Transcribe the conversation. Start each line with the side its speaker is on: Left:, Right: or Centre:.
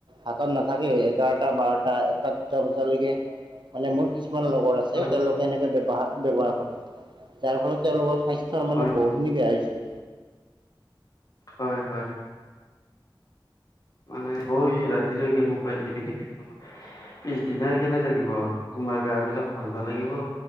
Right: হাতত নাথাকেই এঘাৰটা, বাৰটা, এটা, দুটা বজালৈকে মানে মোৰ কিছুমান লগৰ আছে
Left: হয়
Right: তেওঁলোকে এনেকে ব্যৱহাৰ ব্যৱহাৰ কৰে যাৰ ফলত তেওঁলোকৰ স্বাস্থ্যৰ
Left: হয়
Right: মানে বহুখিনি বেয়া হৈছে।
Left: হয় হয় মানে হয় ৰাতিলৈকে মোবাইল টিপি থাকিলে তোমাৰ পিছদিনা কেনে লাগিব তোমাৰ গা বিলাক ভাল নালাগিব।